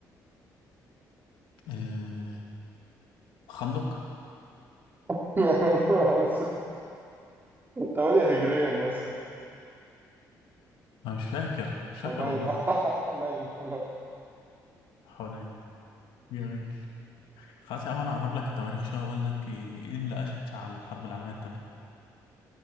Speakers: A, on the left; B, on the right.
A: آه، خندق
B: <laughs> 8 هجريا يا اسطى
A: انا مش فاكر مش فاكر
B: حنين
A: والله
B: <laughs> حنين حنين
A: حوالين جميل خلاص يا عم انا اقرب لك التواريخ شويه واقول لك ايه اللي اشعل الحرب العالميه الثانيه